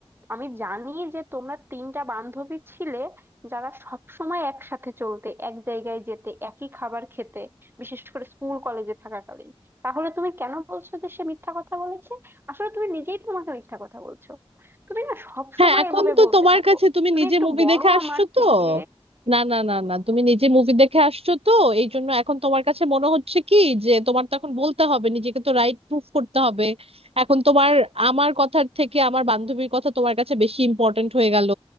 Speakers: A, on the right; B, on the right.
A: আমি জানি যে তোমরা তিনটা বান্ধবী ছিলে যারা সব সময় একসাথে চলতে এক জায়গায় যেতে একই খাবার খেতে বিশেষ করে স্কুল কলেজে থাকাকালীন তাহলে তুমি কেন বলছো যে সে মিথ্যা কথা বলেছে আসলে তুমি নিজেই তোমাকে মিথ্যা কথা বলছো তুমি না সব
B: হ্যাঁ
A: সময়
B: এখন
A: এভাবে
B: তো
A: বলতে
B: তোমার
A: থাকো
B: কাছে তুমি
A: তুমি
B: নিজে
A: একটু
B: মুভি
A: বড়
B: দেখে আসছো
A: আমার
B: তো
A: থেকে
B: না না না না তুমি নিজে মুভি দেখে আসছো তো এই জন্য এখন তোমার কাছে মনে হচ্ছে কি যে তোমার তো এখন বলতে হবে নিজেকে তো রাইট প্রুফ করতে হবে এখন তোমার আমার কথার থেকে আমার বান্ধবীর কথা তোমার কাছে বেশি ইম্পর্ট্যান্ট হয়ে গেল